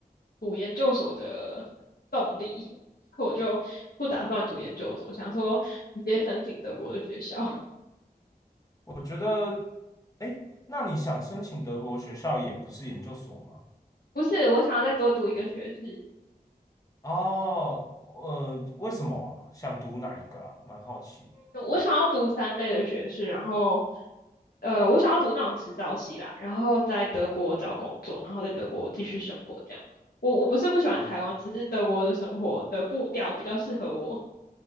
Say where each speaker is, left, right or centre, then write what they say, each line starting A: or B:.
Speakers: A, on the left; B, on the left.
A: 读研究所的动力，我就不打算读研究所，想说直接申请德国的学校。
B: 我觉得，哎，那你想申请德国学校也不是研究所吗？
A: 不是，我想要再多读一个学士。
B: 哦，呃，为什么啊想读哪一个啊？蛮好奇的。
A: 我想要读三类的学士，然后呃，我想要读那种指导系啦，然后在德国找工作，然后在德国继续生活这样。我我不是不喜欢台湾，
B: 哦，
A: 只是德国的生活的步调比较适合我。